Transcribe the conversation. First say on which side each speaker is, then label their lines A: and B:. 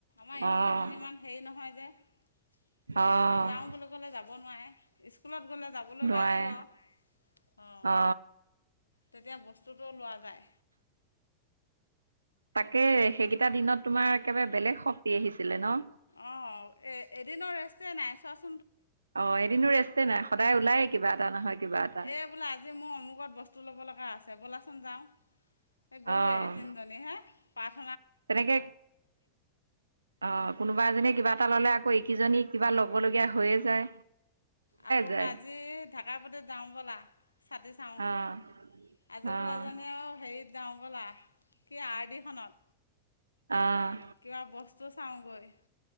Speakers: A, on the left; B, on the right.
A: আমাৰ ইহঁত
B: অ',
A: কেইজনীমান হেই হেৰি নহয় যে। আৰু
B: অ',
A: যাওঁ বুলি ক'লে যাব নোৱাৰে স্কুলত গ'লে যাবলৈ
B: নোৱাৰে
A: বাধ্য। অঁ
B: অ।
A: তেতিয়া বস্তুতটো লোৱা যায়।
B: তাকেই সেইকেইটা দিনত তোমাৰ একেবাৰে বেলেগ শক্তি আহিছিলে ন।
A: অ এ এদিনৰ ৰেষ্টে নাই চোৱা চোন।
B: অ এদিনো ৰেষ্টে নাই সদায় ওলায়ে কিবা এটা নহয় কিবা এটা।
A: এই আজি মোৰ অমুকত বস্তু ল'ব লগা আছে ব'লাচোন যাওঁ। এ গ'লো
B: অ'
A: এ তিনজনী হে পাচ।
B: তেনেকে অ কোনোবা এজনীয়ে কিবা এটা ললে আকৌ একিজনী কিবা লব। হৈয়ে যায়।
A: আকৌ বোললে
B: যায়
A: আজি ঢাকাপাতি যাওঁ বোলা ছাতি চাওঁগৈ।
B: অ'
A: আজি
B: অ'
A: বোলো এজনে আৰু হেৰিত যাওঁ। বলা কি আৰ ডিখনত।
B: অ'
A: কিবা বস্তু চাওঁগৈ,